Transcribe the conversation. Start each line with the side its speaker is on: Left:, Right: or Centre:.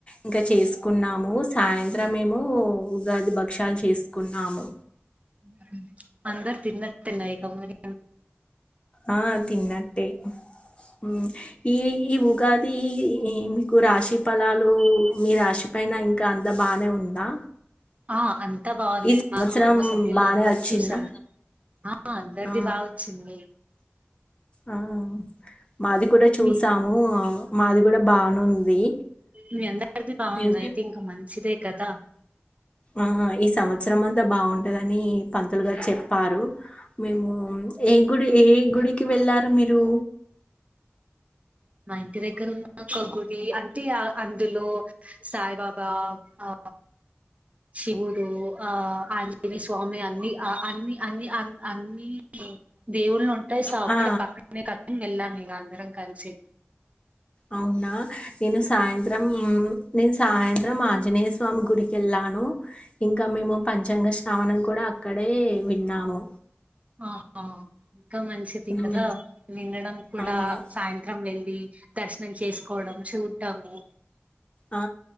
Left: ఇంకా చేసుకున్నాము, సాయంత్రం మేము ఉగాది భక్షాలు చేసుకున్నాము.
Right: <unintelligible> తిన్నట్టున్నారు ఇక మరి
Left: ఆ తిన్నట్టే మ్మ్ ఈ ఈ ఉగాది ఇం మీకు రాశి ఫలాలు మీ రాశి పైన ఇంకా అంత బానే ఉందా,
Right: ఆ అం తా బాగుంది
Left: ఈ సంవత్సరం
Right: మా కుటుంబ సభ్యులు
Left: బానే
Right: అందరువి
Left: వచ్చిందా?
Right: చూసాం ఆ అందరిది
Left: ఆ!
Right: బా వచ్చింది.
Left: ఆ మాది కూడా చూసాము
Right: మీ
Left: మాది కూడా బానుంది
Right: మీ అందరిది బాగుంది
Left: ఇంక్
Right: అయితే ఇంకా మంచిదే కదా
Left: ఆ ఈ సంవత్సరం అంతా బాగుంటదని పంతులుగారు చెప్పారు, మేము ఏ గుడి ఏ గుడికి వెళ్ళారు మీరు.
Right: మా ఇంటి దగ్గర ఉన్న కొగుడి అంటే అందులో సాయిబాబా ఆ శివుడు ఆ అ స్వామి అన్ని ఆ అన్ని అన్ని అ అన్ని దేవుళ్ళు ఉంటాయి సో అక్కడ
Left: ఆ!
Right: పక్కనే కదం వెళ్ళాం ఇ అందరం కల్సి
Left: అవునా నేను సాయంత్రం నేను సాయంత్రం ఆంజనేయ స్వామి గుడికి వెళ్ళాను ఇంకా మేము పంచాంగ శ్రావనం కూడా అక్కడే విన్నాము.
Right: ఆహా ఇంకా మంచిది
Left: ఉమ్.
Right: కదా వినడం కూడా
Left: అవును
Right: సాయంత్రం వెళ్ళి దర్శ మం చేసుకోవడం చూంటాము
Left: ఆ